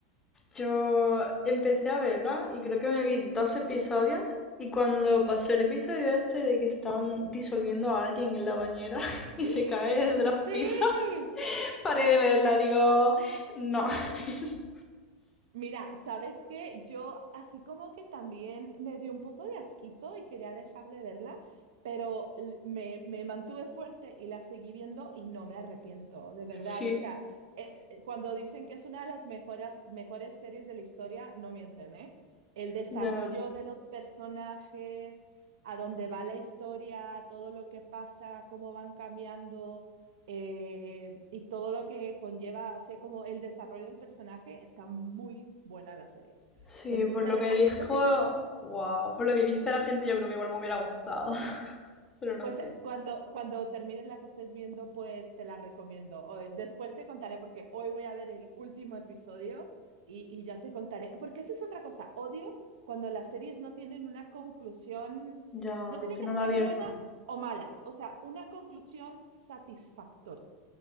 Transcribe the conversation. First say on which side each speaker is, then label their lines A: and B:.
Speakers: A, on the left (about 15°); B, on the right (about 60°).
A: Yo empecé a verla y creo que me vi dos episodios y cuando pasó el episodio este de que están disolviendo a alguien en la bañera <laughs> y
B: <gasps>
A: se cae desde los pisos,
B: Sí.
A: <laughs> paré de verla, digo, no. <laughs>
B: Mira, ¿sabes qué? Yo así como que también me dio un poco de asquito y quería dejar de verla, pero l- me, me mantuve fuerte y la seguí viendo y no me arrepiento, de verdad.
A: Sí,
B: O sea, es eh, cuando dicen que es una de las mejoras- mejores series de la historia, no mienten, ¿eh? El desarrollo
A: ya.
B: de los personajes, a dónde va la historia, todo lo que pasa, cómo van cambiando. eh, y todo lo que conlleva, o sea, como el desarrollo del personaje, está muy buena la serie.
A: Sí,
B: Entonces
A: por
B: te
A: lo
B: recomiendo
A: que dijo,
B: que, s-
A: wow, por lo que dice la gente yo creo que igual me hubiera gustado, <laughs> pero no
B: pues
A: sé.
B: eh, cuando, cuando termines la que estés viendo, pues te la recomiendo. Hoy- después te contaré porque hoy voy a ver el último episodio y, y ya te contaré, porque esa es otra cosa, odio cuando las series no tienen una conclusión,
A: Ya,
B: no tiene
A: si
B: que
A: no
B: ser
A: he abierto.
B: buena o mala, o sea, una conclusión satisfactoria.